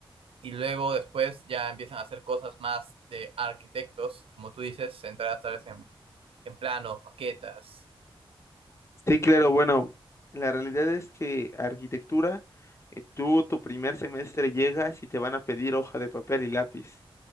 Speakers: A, on the right; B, on the left.
A: y luego después ya empiezan a hacer cosas más de arquitectos, como tú dices, centradas tal vez en, en planos, maquetas.
B: Sí, claro, bueno, la realidad es que arquitectura, eh, tú tu primer semestre llegas y te van a pedir hoja de papel y lápiz.